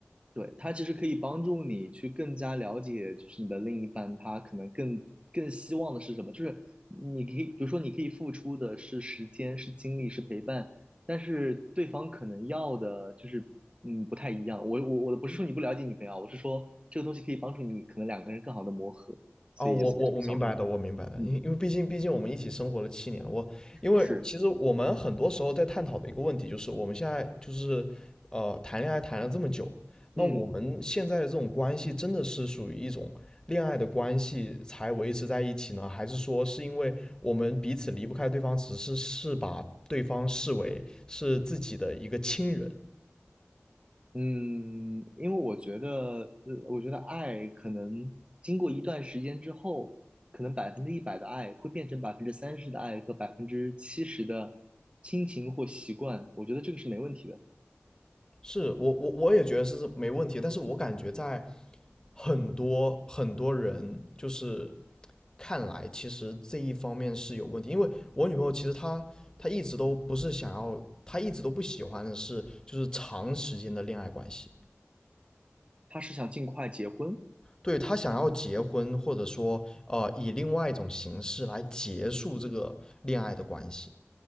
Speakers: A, on the right (about 25°); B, on the left (about 15°).
A: 对，它其实可以帮助你去更加了解，就是你的另一半他可能更更希望的是什么，就是你可以，比如说你可以付出的是时间、是精力、是陪伴，但是对方可能要的就是嗯不太一样。我我我不是说你不了解女朋友啊，我是说这个东西可以帮助你可能两个人更好的磨合，所以也算是个小工具。
B: 哦，我我我明白的，我明白的，
A: 嗯，
B: 因因为毕竟毕竟我们一起生活了七年了，我因为其实我们很多时候在探讨的一个问题就是，
A: 是，
B: 我们现在就是呃谈恋爱谈了这么久，那我们现在的这种关系真的是属于一种恋爱的关系才维持在一起呢，
A: 嗯。
B: 还是说是因为我们彼此离不开对方，只是是把对方视为是自己的一个亲人？
A: 嗯，因为我觉得，呃，我觉得爱可能经过一段时间之后，可能百分之一百的爱会变成百分之三十的爱和百分之七十的亲情或习惯，我觉得这个是没问题的。
B: 是我我我也觉得是没问题，但是我感觉在很多很多人就是看来，其实这一方面是有问题，因为我女朋友其实她她一直都不是想要，她一直都不喜欢的是就是长时间的恋爱关系，
A: 他是想尽快结婚，
B: 对她想要结婚，或者说呃以另外一种形式来结束这个恋爱的关系。